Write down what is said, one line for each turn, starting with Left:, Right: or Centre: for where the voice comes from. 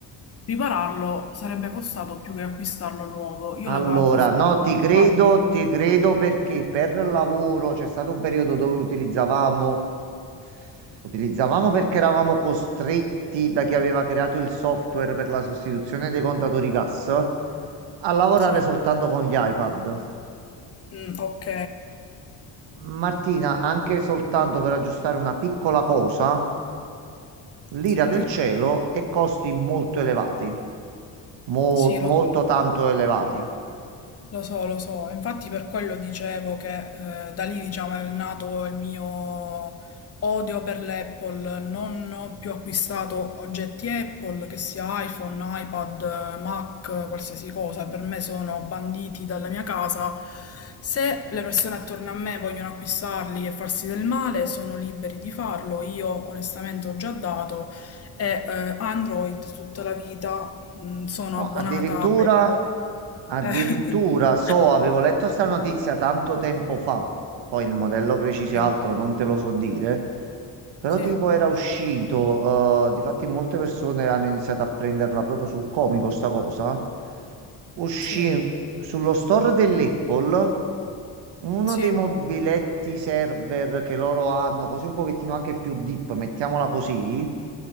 Left: ripararlo sarebbe costato più che acquistarlo nuovo. Io
Right: Allora,
Left: l'avevo accos-
Right: no,
Left: acquistato.
Right: ti credo, ti credo perché per lavoro c'è stato un periodo dove utilizzavamo, utilizzavamo perché eravamo costretti da chi aveva creato il software per la sostituzione dei contatori gas a lavorare
Left: Sì,
Right: soltanto con gli iPad.
Left: Mm, ok,
Right: Martina, anche soltanto per aggiustare una piccola cosa, l'ira
Left: sì,
Right: del cielo e costi molto elevati, Mol-
Left: sì,
Right: molto
Left: lo so.
Right: tanto elevati.
Left: Lo so, lo so, infatti per quello dicevo che eh, da lì diciamo è nato il mio odio per l'Apple, non ho più acquistato oggetti Apple, che sia iPhone, iPad, eh, Mac, qualsiasi cosa, per me sono banditi dalla mia casa. Se le persone attorno a me vogliono acquistarli e farsi del male, sono liberi di farlo, io onestamente ho già dato e eh, Android tutta la vita, mm, sono
Right: No,
Left: abbonata
Right: addirittura,
Left: ai prodotti.
Right: addirittura
Left: Eh. <laughs>
Right: so, avevo letto sta notizia tanto tempo fa, poi il modello preciso
Left: Sì,
Right: e altro non te lo so dire, però
Left: sì,
Right: tipo era uscito, eh, difatti molte persone hanno iniziato a prenderla proprio sul comico sta cosa, uscì
Left: sì,
Right: sullo store dell'Apple. Uno
Left: sì,
Right: dei mobiletti server che loro hanno, così un pochettino anche più deep, mettiamola così.